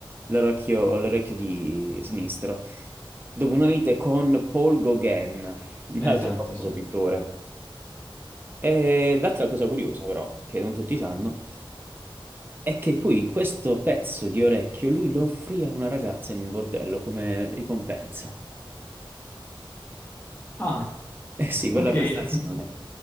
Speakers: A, on the right; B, on the left.
A: l'orecchio l'orecchio di sinistro, dopo una lite con Paul Gauguin, un
B: Esatto,
A: altro famoso
B: sì.
A: pittore. E l'altra cosa curiosa, però, che non tutti sanno, è che poi questo pezzo di orecchio lui lo offrì a una ragazza in un bordello come ricompensa.
B: Ah,
A: Eh sì, per
B: ok.
A: la prestazione.
B: <laughs>